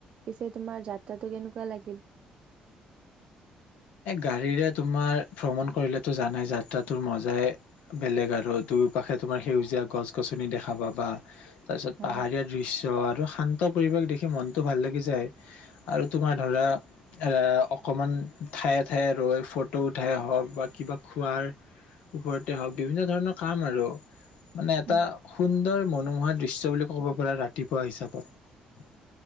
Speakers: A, on the right; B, on the left.
A: পিছে তোমাৰ যাত্ৰাটো কেনেকুৱা লাগিল
B: গাড়ীৰে তোমাৰ ভ্ৰমণ কৰিলেতো জানাই যাত্ৰাটোৰ মজাই বেলেগ আৰু দুয়োপাশে তোমাৰ সেউজীয়া গছ গছনি দেখা পাবা তাৰ পিছত
A: হয়
B: পাহাৰীয়া দৃশ্য আৰু শান্ত পৰিৱেশ দেখি মনটো ভাল লাগি যায় আৰু তোমাৰ ধৰা আ অকমান ঠায়ে ঠায়ে ৰৈ ফটো উঠাই হওঁক বা কিবা খোৱাৰ ওপৰতে হওঁক বিভিন্ন ধৰণৰ কাম আৰু মানে এটা
A: উম
B: সুন্দৰ মনোমোহা দৃশ্য বুলি ক'ব পাৰা ৰাতিপুৱা হিচাপত